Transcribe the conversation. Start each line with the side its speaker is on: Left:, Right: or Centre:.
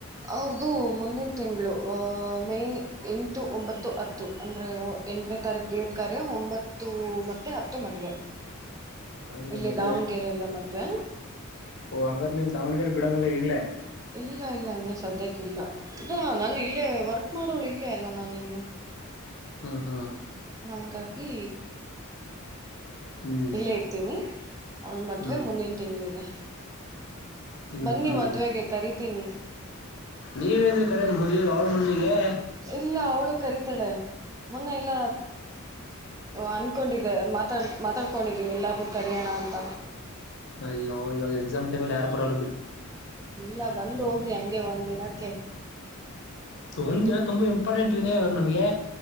Right: ಅವ್ರ್ದು ಮುಂದಿನ ತಿಂಗಳು ಆ ಮೇ ಎಂಟು ಒಂಬತ್ತು ಹತ್ತು ಅಂದ್ರೆ ಎಂಟನೇ ತಾರೀಕ ದೇವ ಕಾರ್ಯ ಒಂಬತ್ತು ಮತ್ತೆ ಹತ್ತು ಮದುವೆ
Left: <inaudible> ಹಂಗ
Right: ಇಲ್ಲೇ
Left: ಮದುವೆ
Right: ದಾವಣಗೆರೆಯಲ್ಲೇ ಮದುವೆ
Left: ಓ ಹಂಗಾರ ನೀವು ದಾವಣಗೆರೆ ಬಿಡಾಂಗಿಲ್ಲ
Right: ಇಲ್ಲ ಇಲ್ಲ ಇನ್ನು ಸದ್ಯಕ್ಕೆ ಇಲ್ಲ ಇಲ್ಲ ನಾನು ಇಲ್ಲೇ ವರ್ಕ್ ಮಾಡೋಳು ಇಲ್ಲೇ ಅಲ್ಲ ನಾನ ಇನ್ನು
Left: ಹ್ಮ್ ಹ್ಮ್
Right: ಹಂಗಾಗಿ
Left: ಹ್ಮ್
Right: ಇಲ್ಲೇ ಇರ್ತೀನಿ ಅವಳ ಮದ್ವೆ
Left: ಹ್ಮ್
Right: ಮುಂದಿನ ತಿಂಗಳಿದೆ
Left: ಹ್ಮ್
Right: ಬನ್ನಿ
Left: ಹ್ಮ್
Right: ಮದುವೆಗೆ ಕರಿತೀನಿ
Left: ನೀವೇಂದ್ರಿ ಕರೆಯೋದು ಅವ್ರ ಮದ್ವಿಗೆ
Right: ಇಲ್ಲ ಅವಳು ಕರೀತಾಳೆ ಮೊನ್ನೆ ಎಲ್ಲ ಅನ್ಕೊಂಡಿದ ಮಾತಾಡ್ ಮಾತಾಡ್ಕೊಂಡಿದೀವಿ ಎಲ್ಲಾರನ್ನು ಕರಿಯೋಣ ಅಂತ
Left: ಅಯ್ಯೋ ಇವಾಗ ಎಕ್ಸಾಮ್ ಟೈಮ್ಲ್ಲಿ ಯಾರು ಬರಲ್ಲ ಬಿಡಿ
Right: ಇಲ್ಲ ಬಂದು ಹೋಗಿ ಹಂಗೆ ಒಂದ್ ದಿನಕ್ಕೆ
Left: ಒಂದ್ ದಿನ ತುಂಬಾ ಇಂಪಾರ್ಟೆಂಟ್ ಈವಾಗ ನಮ್ಗೆ